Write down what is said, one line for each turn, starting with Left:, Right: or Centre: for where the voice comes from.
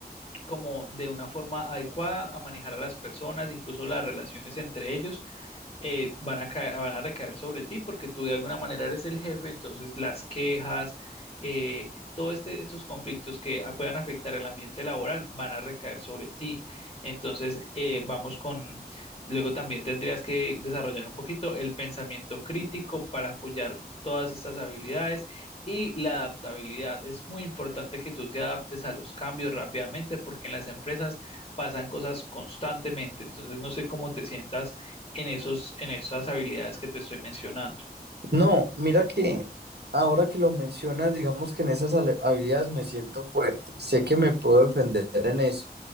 Left: como de una forma adecuada a manejar a las personas, incluso las relaciones entre ellos, eh, van a ca- van a recaer sobre ti porque tú de alguna manera eres el jefe, entonces las quejas, eh, todos este, estos conflictos que a- puedan afectar el ambiente laboral van a recaer sobre ti. Entonces, eh, vamos con, luego también tendrías que desarrollar un poquito el pensamiento crítico para apoyar todas estas habilidades. Y la adaptabilidad. Es muy importante que tú te adaptes a los cambios rápidamente porque en las empresas pasan cosas constantemente. Entonces, no sé cómo te sientas en esos, en esas habilidades que te estoy mencionando.
Right: No, mira que ahora que lo mencionas, digamos que en esas ale- habilidades me siento fuerte. Sé que me puedo defender en eso.